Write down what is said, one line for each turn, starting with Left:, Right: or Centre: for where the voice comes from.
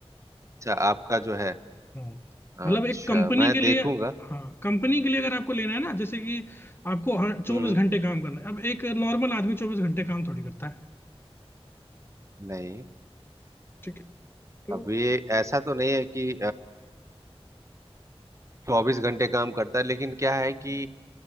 Right: अच्छा आपका जो है
Left: हम्म।
Right: अच्छा
Left: मतलब एक कंपनी
Right: मैं
Left: के लिए
Right: देखूंगा
Left: हाँ कंपनी के लिए अगर आपको लेना है ना जैसे कि आपको हर चौबीस
Right: हम्म
Left: घंटे काम करना है अब एक नॉर्मल आदमी चौबीस घंटे काम थोड़ी करता है
Right: नहीं
Left: ठीक है तो
Right: अब ये ऐसा तो नहीं है कि चौबीस घंटे काम करता है लेकिन क्या है कि